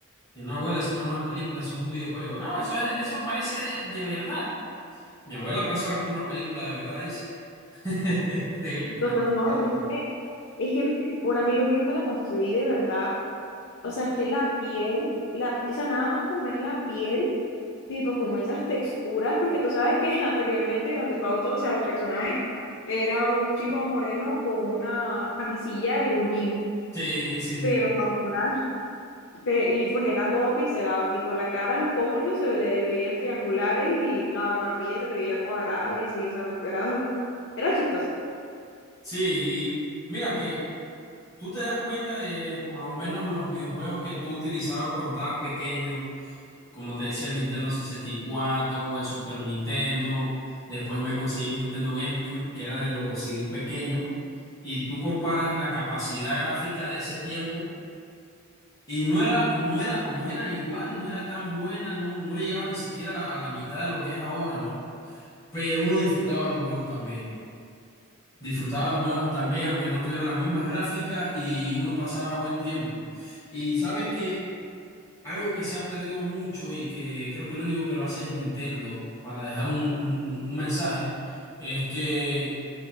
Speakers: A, on the left (about 15°); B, on the left (about 55°).
A: Y no, abuela, eso no es una película, eso es un videojuego. No, eso, es- eso parece de, de verdad. Mi abuela pensaba que era una película de verdad, dice. <laughs> De la cantidad.
B: Total, no, es que Es que mm, un amigo mío me la mostró y de verdad, o sea, es que la piel, la, o sea, nada más con ver la piel, tipo como esas texturas, porque tú sabes que <laughs> anteriormente Grand Theft Auto, o sea, el personaje era un chico moreno con una camisilla y un jean,
A: Sí, sí.
B: pero ahora Pe- Y pues era todo pixelado, tipo la cara, los pómulos se le, le veían triangulares y la barbilla se le veía cuadrada y así, o sea, era, <laughs> era chistoso.
A: Sí, y mira que tú te das cuenta de por lo menos los videojuegos que tú utilizabas cuando estabas pequeño como te decía, el Nintendo sesenta y cuatro el Super Nintendo. Después me conseguí un Nintendo GameCube, que era de los CDs pequeños. Y tú comparas la capacidad gráfica de ese tiempo. Y no era, no era, no era igual, no era tan buena, no, no llegaba ni siquiera a la mitad de lo que es ahora, ¿no? Pero uno disfrutaba los juegos también. Disfrutaba los juegos también, aunque no tuviera las mismas gráficas y uno pasaba buen tiempo. Y sabes que algo que se ha perdido mucho y que creo que lo único que lo hace es Nintendo para dejar un, un- un- un mensaje es que